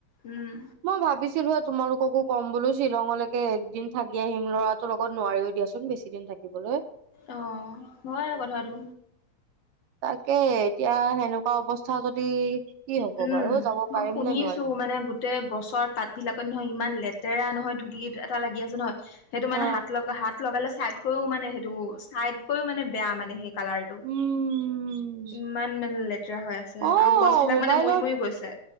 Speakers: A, on the left; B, on the right.
A: উম।
B: মই ভাবিছিলো এ তোমালোককো ক'ম বোলো শ্বিলঙলৈকে একদিন থাকি আহিম, ল'ৰাটোৰ লগত নোৱাৰিও দিয়াচোন বেছি কিদিন থাকিবলৈ।
A: অ হয় কথাটো।
B: তাকে এতিয়া সেনেকোৱা অৱস্থা যদি। কি হব
A: উম
B: বাৰু যাব
A: মই
B: পাৰিম
A: শুনিছো
B: নে নোৱাৰিম
A: মানে গোট টে গছৰ পাত বিলাকত নহয় ইমান লেতেৰা নহয়, ধূলি এএটা লাগি আছে নহয়। সেইটো মানে
B: অ
A: হাত লগা, হাত লগালে চাইডকও মানে সেইটো চাইডকৈও মানে বেয়া মানে সেই কালাৰটো
B: উম
A: ইমান মানে লেতেৰা হৈ আছে
B: অ
A: আও গছ বিলাক
B: মোবাইলত
A: মানে মৰি মৰি গৈছে